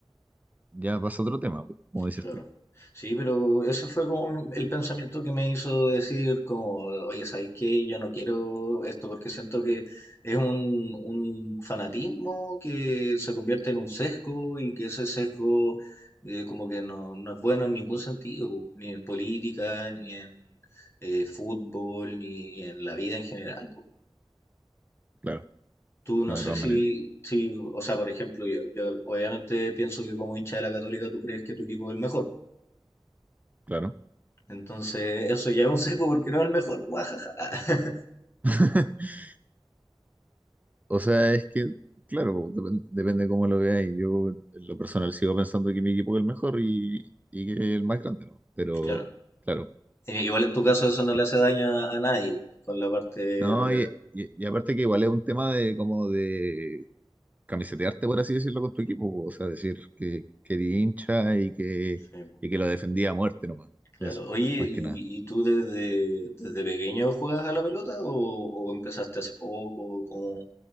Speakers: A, on the right; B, on the left.
A: ya pasa otro tema, po, como dices
B: Claro.
A: tú.
B: Sí, pero ese fue como el pensamiento que me hizo decir como, oye, ¿sabes qué? Yo no quiero esto porque siento que es un, un fanatismo que se convierte en un sesgo y que ese sesgo eh, como que no, no es bueno en ningún sentido, po, ni en política, ni en eh, fútbol, ni en la vida en general. po.
A: Claro,
B: Tú no
A: no
B: sé
A: de todas
B: si,
A: maneras,
B: si, o sea, por ejemplo, yo, yo obviamente pienso que como hincha de la Católica tú crees que tu equipo es el mejor.
A: claro.
B: Entonces, eso ya es un seco porque no es el mejor. Guajaja. <laughs>
A: <laughs> O sea, es que, claro, pues, depen- depende cómo lo veáis. Yo, en lo personal, sigo pensando que mi equipo es el mejor y, y que es el más grande, ¿no? Pero,
B: Claro.
A: claro.
B: Eh, igual en tu caso eso no
A: eh,
B: le hace daño a, a nadie con la parte de
A: No,
B: la...
A: y, y- y aparte que igual es un tema de como de camisetearte, por así decirlo, con tu equipo. po. O sea, decir que, que eres hincha y que,
B: Sí,
A: y que lo defendía a muerte nomás.
B: claro.
A: Eso,
B: Oye,
A: más
B: ¿y,
A: que nada.
B: y tú desde, desde pequeño juegas a la pelota o, o empezaste hace poco? ¿Cómo,